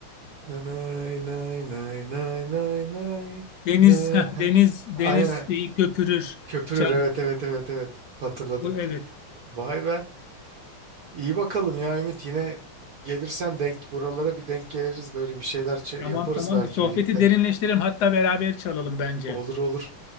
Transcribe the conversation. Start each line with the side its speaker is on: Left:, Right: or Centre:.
Right: Nanay nay nay nay nay nay
Left: Deniz,
Right: na-
Left: <laughs>
Right: ha.
Left: deniz, deniz
Right: Aynen
Left: şeyi köpürür
Right: köpürür
Left: canım.
Right: evet evet evet evet hatırladım.
Left: Bu evet.
Right: Vay be. İyi bakalım ya Ümit yine gelirsen denk buralara bir denk geliriz böyle bir şeyler çe-
Left: Tamam
Right: yaparız
Left: tamam
Right: belki
Left: bu sohbeti
Right: birlikte.
Left: derinleştirelim hatta beraber çalalım bence.
Right: Olur olur.